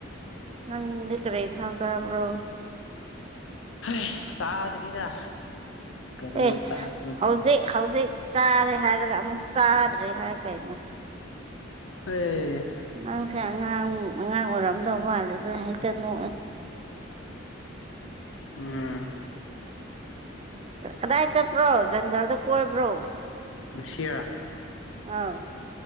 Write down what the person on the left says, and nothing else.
ꯍꯧꯁ ꯆꯥꯗ꯭ꯔꯤꯗ ꯀꯔꯤ
ꯆꯥꯛ
ꯑꯦ
ꯎꯝ
ꯉꯁꯤꯔꯥ